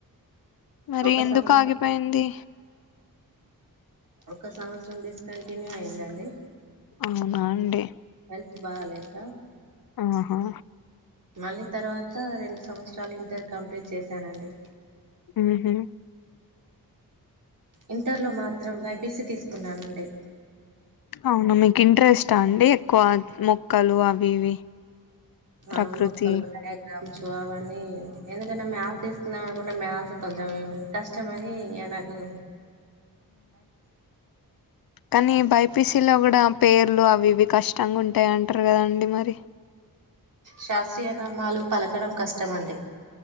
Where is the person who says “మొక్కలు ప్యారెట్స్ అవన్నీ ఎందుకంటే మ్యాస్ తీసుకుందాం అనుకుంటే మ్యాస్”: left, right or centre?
Right